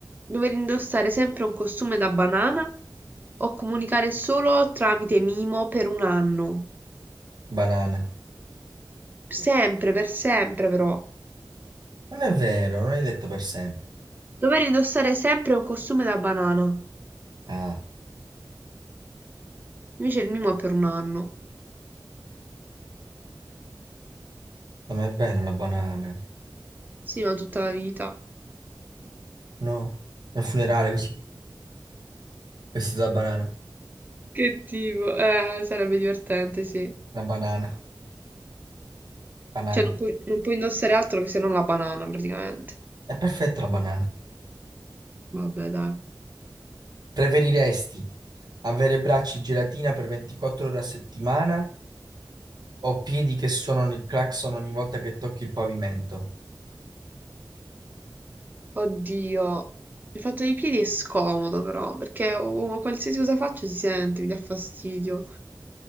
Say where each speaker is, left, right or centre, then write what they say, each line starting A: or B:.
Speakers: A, on the right; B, on the right.
A: dover indossare sempre un costume da banana o comunicare solo tramite mimo per un anno?
B: Banana.
A: Sempre, per sempre però.
B: Non è vero, non hai detto per sempre.
A: Dover indossare sempre un costume da banana.
B: Ah,
A: Invece il mimo è per un anno.
B: non è bello la banana.
A: Sì, ma tutta la vita.
B: No, al funerale così, vestito da banana.
A: Che tipo, eh, sarebbe divertente, sì.
B: Una banana, banana.
A: Cioè, non puoi, non puoi indossare altro che se non la banana, praticamente.
B: È perfetta la banana.
A: Vabbè, dai.
B: Preferiresti avere bracci gelatina per 24 ore a settimana o piedi che suonano il clacson ogni volta che tocchi il pavimento?
A: Oddio, il fatto dei piedi è scomodo, però, perché oh, qualsiasi cosa faccio si sente, mi dà fastidio.